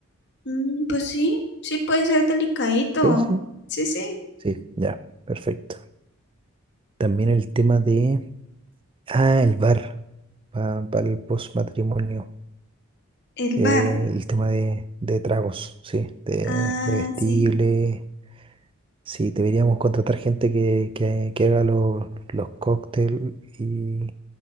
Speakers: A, on the left (about 55°); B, on the right (about 25°).
A: Mm, pues sí, sí puede ser delicadito.
B: Sí, sí,
A: Sí, sí,
B: sí, ya, perfecto. También el tema de, ah, el bar, para el postmatrimonio.
A: el
B: Eh,
A: bar.
B: el tema de, de tragos, sí, de
A: Ah,
B: bebestibles.
A: sí.
B: Sí, deberíamos contratar gente que, que- que haga los, los cócteles y